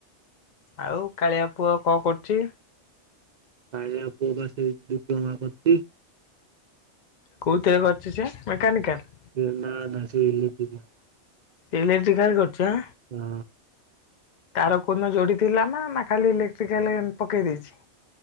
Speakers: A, on the left; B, on the right.
A: ଆଉ କାଳିଆ ପୁଅ କଣ କରୁଛି?
B: କାଳିଆ ପୁଅ ବା ସେ ଡିପ୍ଲୋମା କରୁଛି।
A: କୋଉଥିରେ କରିଛି ସେ ମେକାନିକାଲ?
B: ଏ ନା ନା ସେ ଇଲେଟିକାଲ୍।
A: ଇଲେକ୍ଟ୍ରିକାଲ କରୁଚି ଆଁ।
B: ହୁଁ।
A: ତାର କୋଉ ଦିନ ଯୋଡି ଥିଲା ନା ନା ଖାଲି ଇଲେକ୍ଟ୍ରିକାଲ ଏମ ପକେଇ ଦେଇଛି?